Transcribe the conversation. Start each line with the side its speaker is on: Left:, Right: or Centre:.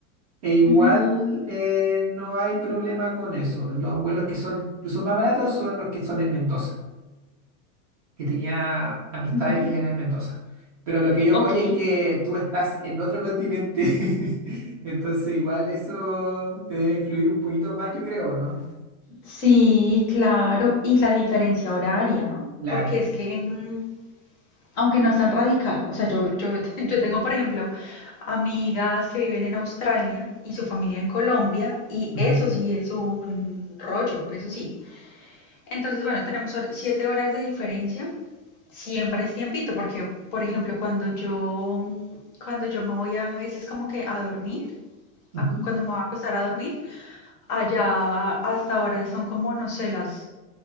Right: e igual
Left: Ujú,
Right: eh, no hay problema con eso. Los vuelos que son, los más baratos son los que son en Mendoza. que tenía amistades
Left: ujú.
Right: que vivían en Mendoza. Pero lo que yo
Left: Ok.
Right: voy es que tú estás en otro continente, <laughs> entonces igual eso te debe influir un poquito más, yo creo, ¿no?
Left: Sí, claro, y la diferencia horaria.
Right: Claro.
Left: Porque es que mm, Aunque no es tan radical. O sea, yo, yo, <laughs> yo tengo, por ejemplo, amigas que viven en Australia y su familia en Colombia, y
Right: Ujú,
Left: eso sí es un rollo, eso sí. Entonces, bueno, tenemos hor- siete horas de diferencia. Siempre es tiempito, porque, por ejemplo, cuando yo, cuando yo me voy a, veces como que a dormir,
Right: ujú.
Left: a- cuando me voy a acostar a dormir, allá hasta ahora son como, no sé, las